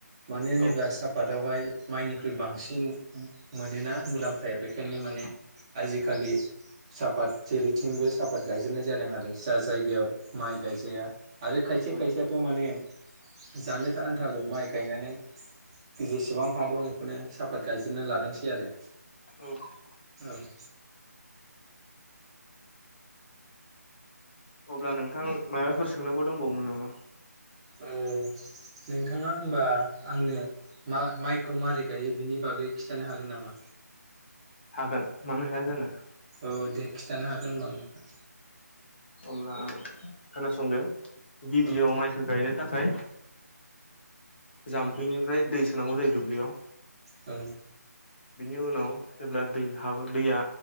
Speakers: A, on the right; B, on the left.
A: मानो होनोब्ला
B: औ
A: सापादावहाय माइनिख्रुइ बांसिन मोनोना मुलाम्फाया बेखौ बेखायनो नि माने आजिखालि साफात जेरैथिंबो साफात गायजोबनाय जादों आरो जा जायगायाव माइ गायजाया। आरो खायसे
B: औ
A: खायसेयाथ' माने जानो आन्थाल' माइ गायनानै जेसेबां हा दं बेखौनो साफ आफाद गायजोबना लादोंसै आरो
B: औ
A: <inaudible>
B: अब्ला नोंथां माबाफोर सोंनांगौ दंबावोमोन नामा?
A: ओम नोंथाङा होमबा आंनो मा माइखौ मारै गायो बिनि बागै खिथानो हागोन नामा?
B: हागोन मानो हाया जानो।
A: औ दे खिथानो हागोन होमबा नोङा
B: अब्ला खोनासंदो गिबियाव
A: औ
B: माइखौ गायनो थाखाय जाम्फैनिफ्राय दै सोनांगौ जायो दुब्लियाव
A: औ
B: बिनि उनाव जेब्ला दै हाबो दैया